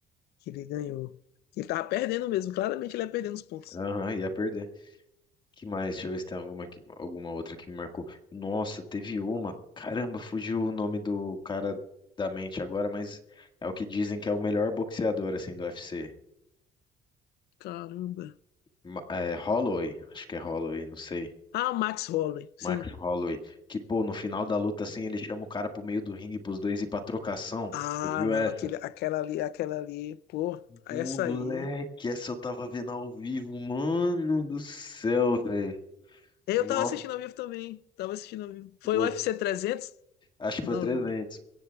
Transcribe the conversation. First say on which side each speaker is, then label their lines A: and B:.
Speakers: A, on the left; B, on the left.
A: que ele ganhou. Ele tava perdendo mesmo, claramente ele ia perdendo os pontos.
B: Aham, ia perder. Que mais? Deixa eu ver se tem alguma, que- alguma outra que me marcou. Nossa, teve uma. Caramba, fugiu o nome do cara da mente agora, mas é o que dizem que é o melhor boxeador assim do UFC.
A: Caramba.
B: Ma- É, Holloway, acho que é Holloway, não sei.
A: Ah, o Max Holloway, sim.
B: Max Holloway, que pô, no final da luta assim, ele chama o cara pro meio do ringue pros dois ir pra trocação.
A: Ah,
B: Você viu
A: não,
B: essa?
A: aquele, aquela ali, aquela ali, pô, essa
B: Moleque,
A: aí.
B: essa eu tava vendo ao vivo, mano do céu, velho.
A: Eu
B: Nossa,
A: tava assistindo ao vivo também, tava assistindo ao vivo. Foi o UFC
B: essa-
A: trezentos
B: acho que
A: Não
B: foi 300.
A: lembro.